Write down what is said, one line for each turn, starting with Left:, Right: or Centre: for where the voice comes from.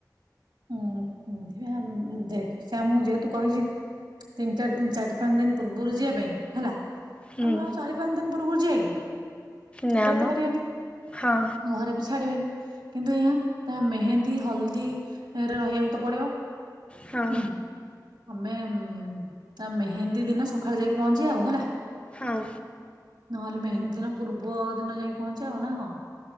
Right: ହଁ ପିନ୍ଧିବା ସେ ମୁଁ ଯେହେତୁ କହିଛି ତିନି ଚାରି ଚାରି ପାଞ୍ଚ ଦିନ ପୂର୍ବରୁ ଯିବା ପାଇଁ ହେଲା।
Left: ହୁଁ
Right: ଆମେ ଆଉ ଚାରି ପାଞ୍ଚ ଦିନ ପୂର୍ବରୁ ଯାଇ କି
Left: ନା
Right: ଯାଇତ
Left: ମ
Right: ପାରିବେନି।
Left: ହଁ
Right: ଘରେ ବି ଛାଡିବେନି। କିନ୍ତୁ ଏହାଇ ତା ମେହେନ୍ଦୀ ହଳଦୀରେ ରହିବାକୁ ତ ପଡିବ
Left: ହଁ।
Right: ହୁଁ। ଆମେ ତା ମେହେନ୍ଦୀ ଦିନ ସକାଳେ ଯାଇକି ପହଞ୍ଚିବା ଆଉ ହେଲା।
Left: ହଁ।
Right: ନହେଲେ ମେହେନ୍ଦୀ ଦିନ ପୂର୍ବ ଦିନ ଯାଇକି ପହଞ୍ଚିବା ଆଉ ନା କଣ।